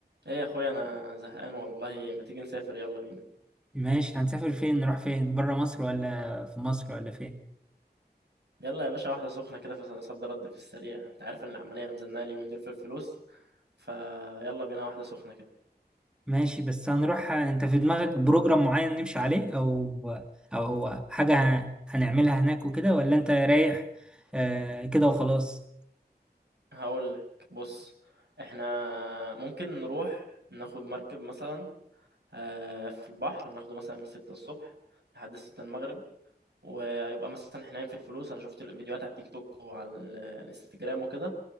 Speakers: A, on the right (about 80°); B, in the centre.
A: ايه يا اخويا انا زهقان والله ما تيجي نسافر يلا بينا
B: ماشي هنسافر فين نروح فين بره مصر ولا في مصر ولا فين
A: يلا يا باشا واحده سخنه كده فصد رد في السريع انت عارف ان العمليه مزنقه اليومين دول في الفلوس فيلا بينا واحده سخنه كده
B: ماشي بس هنروح انت في دماغك بروجرام معين نمشي عليه او او هو حاجة هن- هنعملها هناك وكده ولا انت رايح آه كده وخلاص
A: هقول لك بص احنا ممكن نروح ناخد مركب مثلا آه، في البحر ناخده مثلا من 6 الصبح لحد 6 المغرب ويبقى مثلا احنا في الفلوس انا شفت الفيديوهات على التيك توك وعلى الانستجرام وكده